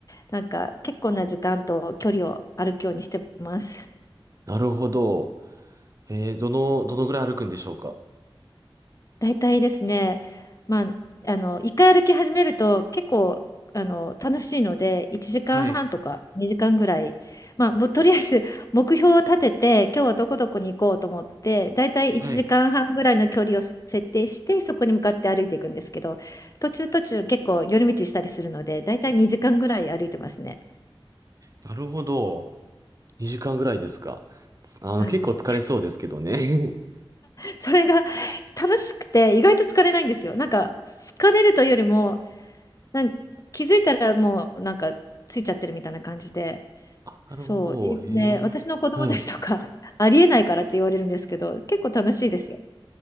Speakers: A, on the left (about 40°); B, on the right (about 40°).
A: なんか、結構な時間と距離を歩くようにしてます。
B: なるほど。えー、どの、どのぐらい歩くんでしょうか
A: 大体ですね、まあ、あの、一回歩き始めると結構、あの、楽しいので、1時間半とか2時間ぐらい、
B: はい。
A: まあ、もうとりあえず <laughs> 目標を立てて、今日はどこどこに行こうと思って、大体1時間半ぐらいの距離を設定して、
B: はい。
A: そこに向かって歩いていくんですけど、途中途中結構寄り道したりするので、大体2時間ぐらい歩いてますね。
B: なるほど。2時間ぐらいですか。つあの、
A: はい。
B: 結構疲れそうですけどね。<laughs>
A: それが楽しくて、意外と疲れないんですよ。なんか、疲れるというよりも、なん気づいたらもうなんかついちゃってるみたいな感じで、
B: あ、
A: そう、
B: なるほど。
A: いで、
B: へえ。
A: 私の子供たちとか
B: はい。
A: <laughs> ありえないからって言われるんですけど、結構楽しいですよ。